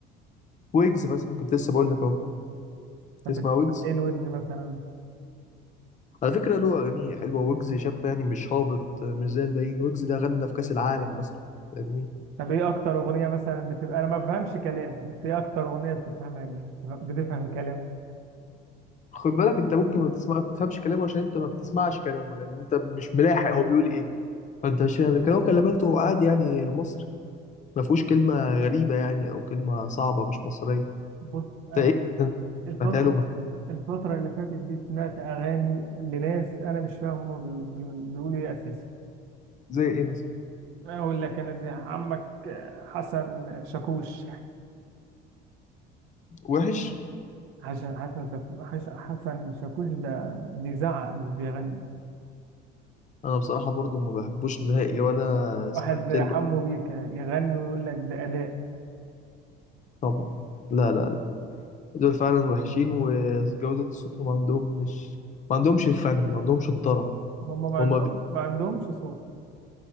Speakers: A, on the left; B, on the right.
A: ويجز مثلا كنت لسه بقول لك أهو
B: طب
A: تسمع
B: بتسمع
A: ويجز
B: إيه الويجز مثلا؟
A: على فكرة له أغاني حلوة ويجز شاب يعني مش هابط مش زي الباقيين ويجز ده غنى في كأس العالم مثلا فاهمني
B: طب إيه أكتر أغنية مثلا بتبقى أنا ما بفهمش كلامه بس إيه أكتر أغنية بتفهمها ليه؟ بتفهم بتفهم كلامه؟
A: خد بالك أنت ممكن ما تسمع ما تفهمش كلامه عشان أنت ما بتسمعش كلامه لأن أنت مش ملاحق هو بيقول إيه فأنت مش فاهم لكن هو كلماته عادي يعني مصري ما فيهوش كلمة غريبة يعني أو كلمة صعبة مش مصرية
B: بص
A: أنت
B: أنا
A: إيه
B: الفترة
A: سمعتها له مف-
B: الفترة اللي فاتت دي سمعت أغاني لناس أنا مش فاهم هما بي- بي- بيقولوا إيه أساسا
A: زي إيه مثلا
B: أقول لك أنا زي عمك آه، حسن شاكوش
A: وحش
B: عشان حسن شاكو- حش- حسن شاكوش ده بيزعق مش بيغني
A: أنا بصراحة برضو ما بحبوش نهائي ولا
B: واحد
A: سمعت
B: زي
A: له
B: حمو بيكا يغني ويقول لك ده أداء
A: طبعا لا لا لا دول فعلا وحشين وجودة صوتهم عندهم مش ما عندهمش الفن ما عندهمش الطرب
B: هما ما عندهم
A: هما بي...
B: ما عندهمش صوت